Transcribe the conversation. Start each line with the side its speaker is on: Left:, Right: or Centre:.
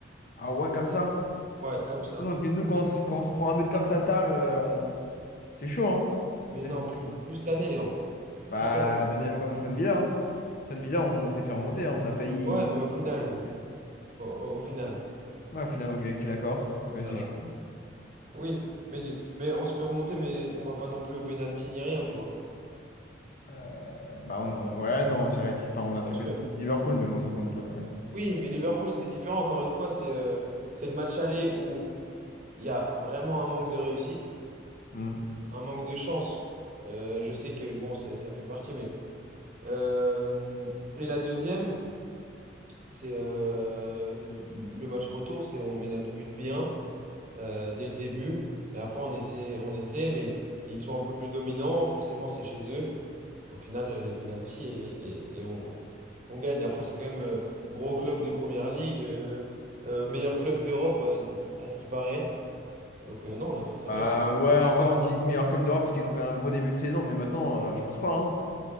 Left: Ah ouais, comme ça.
Right: Ouais, comme ça.
Left: Non, Parce que nous, quand on, se quand on se prend un but comme ça tard, euh, on... c'est chaud, hein.
Right: Mais
Left: Mais
Right: non,
Left: bon,
Right: plus,
Left: c'est bon.
Right: plus cette année, Léandre.
Left: Bah,
Right: Plus cette année.
Left: t'as bien vu contre Aston Villa. Hein. Aston Villa, on s'est fait remonter. hein. On a failli.
Right: Ouais, mais au final.
Left: Ouais,
Right: Au, au- au final.
Left: au final, on gagne, je suis d'accord. Mais
Right: Voilà.
Left: c'est chaud.
Right: Oui. Mais, du- mais on se fait remonter, mais on va pas non plus au pénalty ni rien, tu vois.
Left: Euh, bah on, on- ouais, non, c'est vrai qu'enfin, on a fait
Right: On se
Left: belle
Right: fait-
Left: équipe Liverpool, mais bon, ça compte, euh, ouais.
Right: Oui, mais Liverpool, c'était différent. Encore une fois, c'est euh, c'est le match aller où il y a vraiment un manque de réussite,
Left: Hmm.
Right: un manque de chance. Euh, je sais que bon, c'est- ça fait partie, mais. Euh, et la deuxième, c'est euh, le match retour, c'est on met notre but bien euh, dès le début. Et après, on essaie, on essaie, mais ils sont un peu plus dominants. Forcément, c'est chez eux. Au final, les pénalties et, et- et on, on gagne. Après, c'est quand même euh, gros club de première ligue, euh, euh, meilleur club d'Europe euh, à ce qui paraît. Donc, euh, non, on a fait ça
Left: Bah,
Right: bien.
Left: ouais, en vrai, on dit meilleur club d'Europe parce qu'ils ont fait un gros début de saison, mais maintenant, euh, je pense pas, hein.